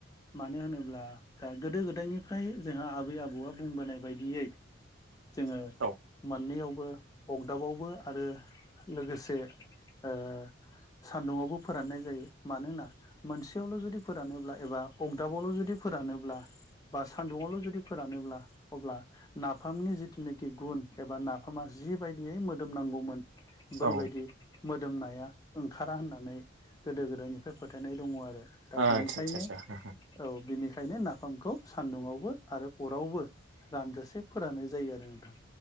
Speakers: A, on the left (about 20°); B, on the right (about 75°).
A: मानो होनोब्ला दा गोदो गोदायनिफ्राय जोंहा आबै आबौआ बुंबोनाय बायदियै जोङो
B: नोंथां औ
A: मोननैयावबो अगदाबावबो आरो लोगोसे ओ सान्दुंआवबो फोराननाय जायो मानोना मोनसेयावल' जुदि फोरानोब्ला एबा अगदाबावल' जुदि फोरानोब्ला बा सान्दुङावल' जुदि फोरानोब्ला अब्ला नाफामनि जिथुनेखि गुन एबा नाफामा जिबायदियै मोदोमनांगौमोन बैबायदि
B: औ
A: मोदोमनाया ओंखारा होननानै गोदो गोदायनिफ्राय फोथाय नाय दङ आरो दा
B: आदसा
A: बिनिखायनो
B: आदसा आदसा
A: औ बिनिखायनो नाफाम खौ सान्दुंआवबो आरो अरावबो रानजासे फोराननाय जायो आरो नोंथां